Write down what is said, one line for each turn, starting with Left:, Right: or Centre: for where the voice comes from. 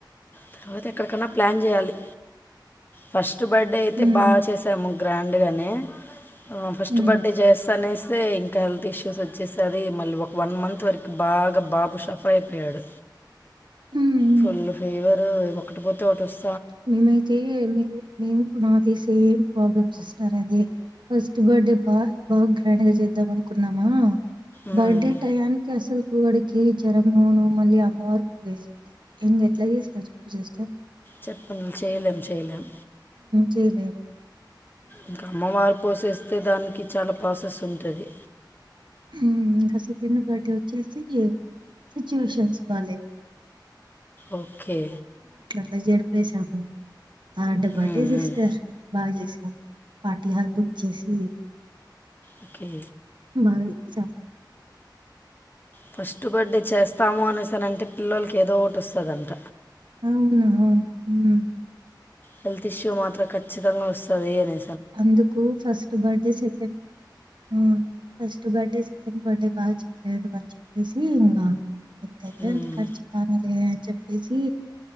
Left: ఆ తర్వాత ఎక్కడికన్నా ప్లాన్ చేయాలి ఫస్ట్ బర్డె అయితే
Right: ఉమ్
Left: బాగా చేసాము గ్రాండ్గానే ఫస్ట్
Right: ఉమ్
Left: బర్డె జేస్ అనేస్తే హెల్త్ ఇష్యూస్ వచ్చేసరి మళ్ళీ ఒక వన్ మంత్ వరకు బాగా బాబు సఫర్ అయిపోయాడు
Right: ఉమ్
Left: ఫుల్ ఫీవర్ ఒకటి పోతే ఒకటి వస్
Right: మేమైతే మీరు మేం మాది సేమ్ ప్రాబ్లమ్ సిస్టర్ అదే ఫస్ట్ బర్డే బా బాగా గ్రాండ్ గా చేద్దాం అనుకున్నామా
Left: ఉమ్,
Right: బర్డే టయానికి అసల్కు వా కి జరంను మళ్ళీ అమ్మవారు వేసింది ఇంగ ఎట్లా చేస్తారు చెప్పు సిస్టర్
Left: చెప్పను చేయలేం చేయలేం
Right: చేయలేం
Left: ఇంకా అమ్మవారు పోసేస్తే దానికి చాలా ప్రాసెస్ ఉంటది
Right: మ్ ఇంక సెంకడ బర్డే వచ్చేసి సిచువేషన్స్ బాలేవు
Left: ఓకే
Right: అలా జరిపేసాము థర్డ్ బర్త్డే
Left: ఉమ్,
Right: సిస్టర్
Left: ఉమ్,
Right: బా చేసి పార్టీ హాల్ బుక్ చేసి
Left: ఒకే
Right: బాగా రిచ్చ
Left: ఫస్ట్ బర్డే చేస్తాము అనేసనంటే పిల్లలకి ఏదో ఒకటి వస్తదంట
Right: అవునవును మ్
Left: హెల్త్ ఇష్యూ మాత్రం ఖచ్చితంగా వస్తది అనే
Right: అందుకు ఫస్ట్ బర్త్డే సెకండ్ మ్ ఫస్ట్ బర్డే సెకండ్ బర్డే బాగా చేయలేదు అని చెప్పేసి ఇంగ ఎంతైతే
Left: ఉమ్,
Right: అంత ఖర్చు కానీలే అని చెప్పేసి